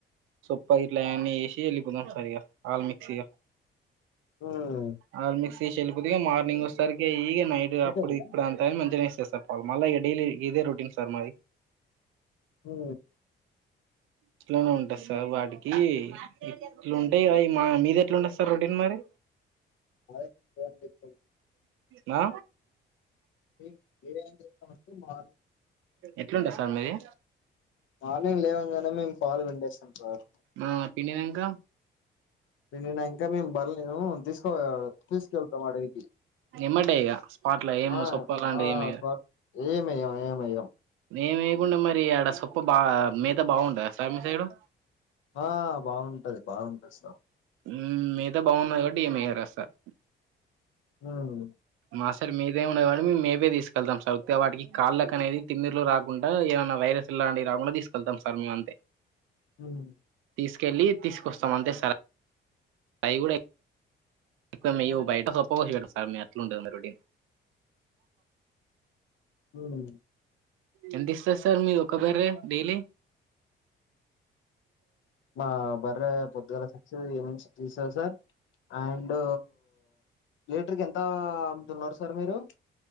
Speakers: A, on the right; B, on the left.
A: సొప్ప గిట్ల అయన్ని ఏసి వెళ్ళిపోదాం సార్ ఇగ ఆల్ మిక్స్ ఇగ
B: హ్మ్.
A: ఆల్ మిక్స్ తీసి ఏలిపోతిగా మార్నింగ్ వస్తరికి ఈగలు నైట్ కప్
B: అంతేనా?
A: ఇప్పుడు ఇప్పుడు అంతైనా మంచిగాచేస్ చేస్తరు పాల్ మళ్ళ ఇగ డైలీ గిదే రొటీన్ సార్ మాది
B: హు
A: ఇట్లనే ఉంటంది సార్ వాటికి ఇట్లుంటాయి అవి మా మీది ఎట్లుంటంది సార్ రొటీన్ మరి
B: మాది సేమ్ థింగ్
A: ఆ
B: ఏం ఏం చేస్తామంటే మాను
A: ఎట్లుంటది సార్ మీది
B: మార్నింగ్ లేవంగానే మేము పాలు విండేస్తం సార్
A: ఆ పిండినంక
B: పిండినంకా మేము బర్లేను తీసు పోదాం తీసుకెళ్తాం అడవికి
A: ఎమ్మటే ఇగ స్పాట్ల ఏం
B: ఆ
A: సొప్ప లాంటిది
B: ఆ
A: ఏమి
B: సర్ ఏమేయం ఏమెయ్యం
A: ఏం ఏయకుండా మరి ఆడ సొప్ప బా మిత బాగుండ స్వామి సైడు
B: ఆ బాగుంటది బాగుంటది సార్
A: ఉమ్ మిగతా బాగున్నా కాబట్టి ఏమిారుస్తారు
B: ఉమ్
A: మాస్టార్ మీదేమండ కానీ మేము మేపే తీసుకెళ్తాం సార్ వే వాటికి కాళ్ళక అనేది తిన్నీరులు రాకుండా ఏమన్నా వైరస్ ఇలాంటివి రాకుండా తీసుకెళ్తాం సార్ అంతే
B: ఆమ్
A: తీసుకెళ్ళి తీసుకొస్తాం అంతే సరే అయికూడా ఇ మె ఉబయిట సొప్ప పోషడ సార్ మట్లు ఉండ మడి
B: ఉమ్
A: ఎంత ఇస్తంది సార్ మీరు ఒక బరే డైలీ
B: మా బర్ర పొద్దుగాల సిక్స్ ఇవినింగ్ సిక్స్ చసారు సార్ అండ్ లీటర్ క ఎంత అ అమ్ముతున్నారు సార్ మీరు